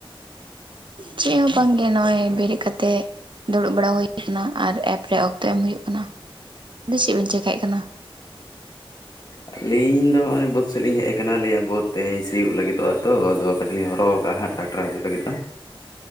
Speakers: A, on the right; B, on the left.
A: ᱪᱮᱠ ᱦᱚᱸ ᱵᱟᱝ ᱜᱮ ᱱᱚᱜᱼᱚᱸᱚᱭ ᱵᱮᱨᱮᱫ ᱠᱟᱛᱮᱫ ᱫᱩᱲᱩᱵ ᱵᱟᱲᱟ ᱦᱩᱭ ᱠᱟᱱᱟ ᱟᱨ ᱮᱯᱨᱮ ᱚᱠᱛᱚ ᱮᱢ ᱦᱩᱭᱩᱜ ᱠᱟᱱᱟ᱾ ᱟᱫᱚ ᱪᱮᱫ ᱦᱚᱸ ᱵᱟᱝ ᱪᱮᱠᱟᱭ ᱠᱟᱱᱟ
B: ᱟᱹᱞᱤᱧ ᱫᱚ ᱱᱚᱜᱼᱚᱭ ᱵᱟᱹᱫᱽᱫ ᱥᱮᱫᱞᱤᱤᱧ ᱟᱞᱤᱧ ᱫᱚ ᱱᱚᱜ-ᱚᱭ ᱵᱟᱹᱫᱽ ᱥᱮᱫ ᱞᱤᱧ ᱦᱮᱡ ᱟᱠᱟᱱᱟ ᱾ ᱵᱟᱹᱫᱽ ᱛᱮᱦᱮᱧ ᱥᱤᱭᱳᱜ ᱞᱟᱹᱜᱤᱫᱚᱜᱼᱟ ᱛᱚ ᱟᱫᱚ ᱠᱟᱹᱴᱤᱡ ᱦᱚᱨᱚᱜ ᱠᱟᱜ ᱦᱟᱸᱜ ᱴᱨᱟᱠᱴᱟᱨ ᱦᱤᱡᱩᱜ ᱞᱟᱹᱜᱤᱫᱼᱟ